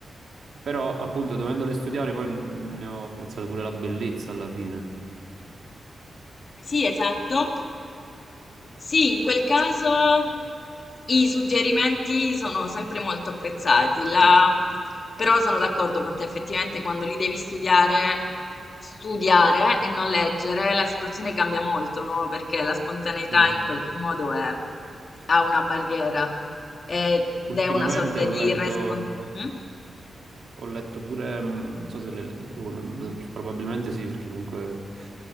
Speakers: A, on the right; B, on the left.
A: però appunto dovendole studiare poi ne ho apprezzato pure la bellezza alla fine.
B: Sì, esatto. Sì, in quel caso i suggerimenti sono sempre molto apprezzati. La- Però sono d'accordo con te, effettivamente quando li devi studiare, studiare e non leggere, la situazione cambia molto, no? Perché la spontaneità
A: Sì,
B: in qualche modo è- ha una barriera ed
A: ultimamente
B: è una sorta
A: ho
B: di
A: letto,
B: responsabilità.
A: ho letto pure, mm, non so se le, lo- non- probabilmente sì, perché comunque